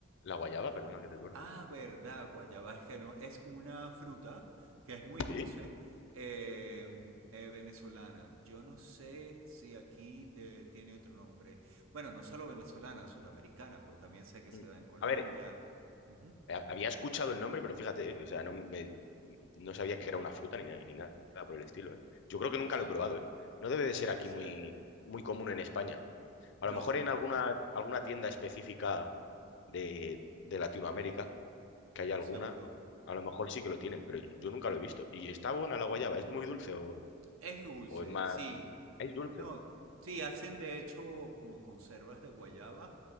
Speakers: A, on the left; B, on the right.
A: la guayaba, perdona que te corte.
B: Ah, verdad, guayaba es que no, es una fruta que es muy dulce,
A: Sí.
B: eh, eh, venezolana. Yo no sé si aquí eh, tiene otro nombre. Bueno, no solo venezolana, suramericana, porque también sé que
A: Mm.
B: se da en Colombia.
A: A ver,
B: Ujú.
A: ha- había escuchado el nombre, pero fíjate, eh, o sea, no, me, no sabía que era una fruta ni, na- ni nada por el estilo, ¿eh? Yo creo que nunca
B: Sí,
A: lo he probado, ¿eh? No debe de
B: Puede
A: ser aquí
B: ser.
A: muy, muy común en España. A
B: No,
A: lo mejor en alguna, alguna tienda específica de, de Latinoamérica, que haya alguna,
B: seguro.
A: a lo mejor sí que lo tienen, pero yo nunca lo he visto. ¿Y está buena la guayaba? ¿Es muy dulce o,
B: Es dulce,
A: o es más...?
B: sí.
A: Es dulce.
B: No, sí, hacen de hecho como conservas de guayaba